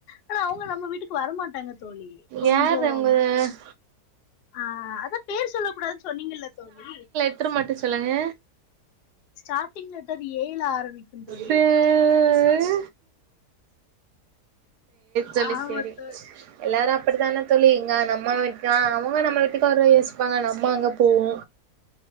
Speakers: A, on the left; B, on the right.
A: ஆனா அவங்க நம்ம வீட்டுக்கு வரமாட்டாங்க தோழி கொஞ்சம்
B: யாரு உங்க
A: ஆ அதா பேர் சொல்ல கூடாதுன்னு சொன்னீங்கல்ல தோழி
B: லெட்டர் மட்டு சொல்லுங்க
A: ஸ்டார்டிங் லெட்டர் ஏய் ல‌ ஆரம்பிக்கும் தோழி
B: சே சேரி தோழி
A: ஆமா
B: சேரி
A: தோழி
B: எல்லாரு அப்பிடித்தானே தோழி இங்க நம்ம வீட்டு அவங்க நம்ம வீட்டுக்கு அவ யோசிப்பாங்க நம்ம அங்கே போவோ